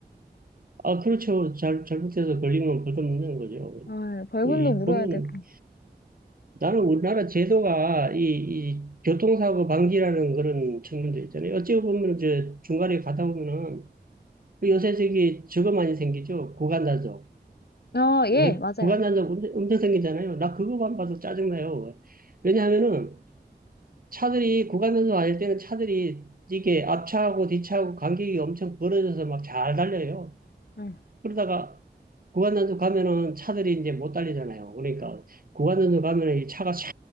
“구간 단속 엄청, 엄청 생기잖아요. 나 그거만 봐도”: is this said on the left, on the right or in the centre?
Right